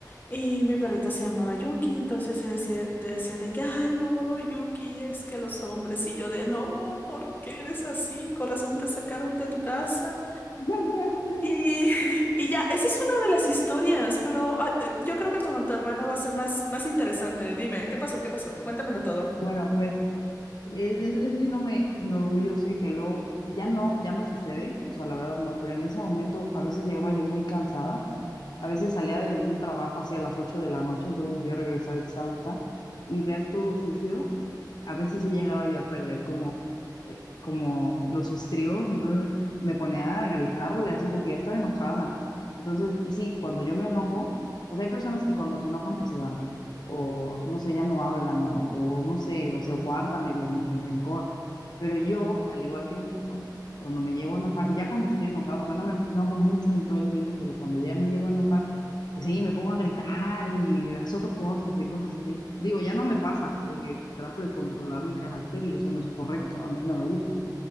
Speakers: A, on the left; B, on the left.
A: Y mi perrita se llamaba Yuki, entonces ella decía, decía de que, ay, no, Yuki, es que los hombres, y yo de, no, ¿por qué eres así? Corazón, te sacaron de tu casa.
B: <laughs>
A: Y, <laughs> y ya, esa es una de las historias, pero ah, eh, yo creo que con lo de tu hermano va a ser más, más interesante. Dime, ¿qué pasó? ¿Qué pasó? Cuéntamelo todo.
B: Bueno, pues Es- es- Eso sí no me enorgullece que luego ya no, ya no sucede, o sea, la verdad no, pero en ese momento a veces llegaba yo muy cansada, a veces salía de un trabajo hacia las 8 de la noche, entonces yo regresaba exhausta y ver todo sucio, a veces sí llegaba yo a perder como, eh, como los estribos, entonces me ponía a gritarle así porque ya estaba enojada. Entonces, y sí, cuando yo me enojo, o sea, hay personas que cuando se enojan pues se van o no sé, ya no hablan, o, o no sé, o se guardan el, el rencor. Pero yo, al igual que mi papá, cuando me llego a enojar, ya cuando estoy enojada, o sea, no me enojo mucho ni todo el tiempo, pero cuando ya me llego a enojar, pues sí, me pongo a gritar y azoto cosas y cosas así. Digo, ya no me pasa, porque trato de controlar mi carácter y eso no es correcto, a mí no me gusta.